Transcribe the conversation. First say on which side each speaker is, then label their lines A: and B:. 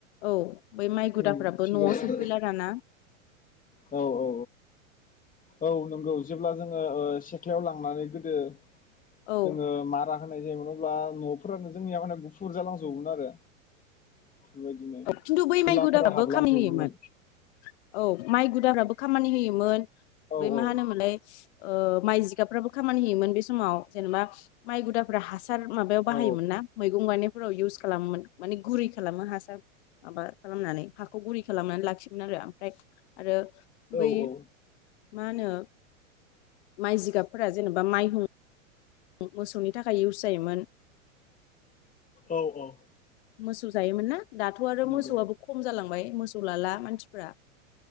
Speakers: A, on the left; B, on the left.
A: औ। बै माइ गुदाफ्राबो
B: उम थिगानो
A: न'आव सफैला दाना
B: औ औ औ औ नंगौ जेब्ला जोङो सेथलायाव लांनानै गोदो।
A: औ
B: जोङो मारा होनाय जायोमोन अब्ला न'फोरानो जोंनिया माने गुफुर जालांजोबोमोन आरो। बेफोरबायदिनो
A: खिन्थु बै
B: थुलाफोरा
A: माइ <unintelligible>
B: हाबलांजोबोमोन
A: बो खामिहैयोमोन औ माइ गुद बो खामानि होयोमोन।
B: औ
A: बै
B: औ
A: मा होनोमोनलाय माइ जिगाबफ्राबो खामानि होयोमोन बे समाव जेनेबा माइ गुदाफ्रा हार माबायाव
B: औ
A: बाहायोमोन ना मैगं गायनाय इउस खालामोमोन माने गुरै खालामो हासार माबा खालामनानै हाखौ गुरै खालामनानै लाखियोमोन आरो ओमफ्राय आरो
B: औ
A: बै
B: औ
A: मा होनो माइ जिगाबफोरा जेनेबा माइ हुं मोसौनि थाखाय इउस जायोमोन।
B: औ औ
A: मोसौ जायोमोन ना दाथ' आरो
B: नंगौ
A: मोसौआबो खम जालाङो मोसौ लाला मानसिफोरा